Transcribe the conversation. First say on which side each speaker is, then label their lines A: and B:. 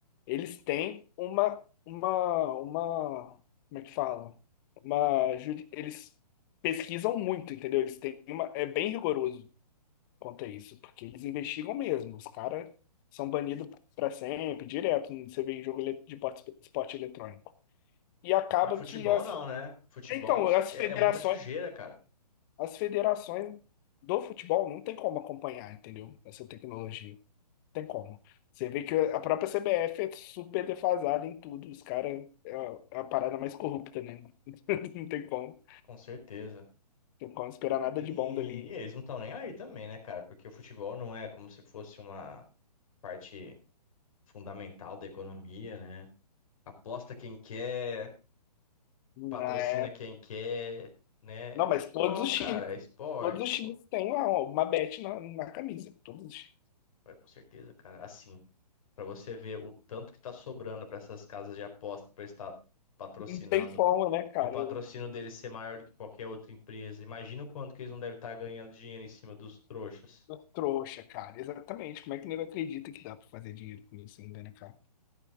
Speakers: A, on the left (about 30°); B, on the left (about 55°).
A: eles têm uma, uma, uma, como é que fala? Uma, juri- eles pesquisam muito, entendeu? Eles têm uma, é bem rigoroso quanto a isso, porque eles investigam mesmo. Os caras são banidos para sempre, direto, você vê em jogo ele- de esporte, esporte eletrônico. E acaba
B: Já futebol
A: que as,
B: não, né? Futebol
A: então, as
B: é,
A: federações
B: é muita sujeira, cara.
A: As federações do futebol não tem como acompanhar, entendeu? Essa tecnologia. Não tem como. Você vê que a própria CBF é super defasada em tudo. Os caras é a é a parada mais corrupta, né? <laughs> Não tem como.
B: Com certeza.
A: Não tem como esperar nada
B: E,
A: de bom dali.
B: e eles não estão nem aí também, né, cara? Porque o futebol não é como se fosse uma parte. fundamental da economia, né? Aposta quem quer,
A: Não,
B: patrocina
A: é...
B: quem quer, né?
A: não,
B: É futebol,
A: mas todos os
B: cara,
A: times,
B: é esporte,
A: todos os times
B: pô.
A: têm lá uma bet na, na camisa. Todos os times.
B: É, com certeza, cara. Assim, pra você ver o tanto que tá sobrando pra essas casas de aposta pra estar patrocinando
A: Não tem forma, né, cara?
B: e o patrocínio
A: Eu-
B: deles ser maior do que qualquer outra empresa. Imagina o quanto que eles não devem estar ganhando dinheiro em cima dos trouxas.
A: eu Trouxa, cara. Exatamente. Como é que o nego acredita que dá pra fazer dinheiro com isso ainda, né, cara?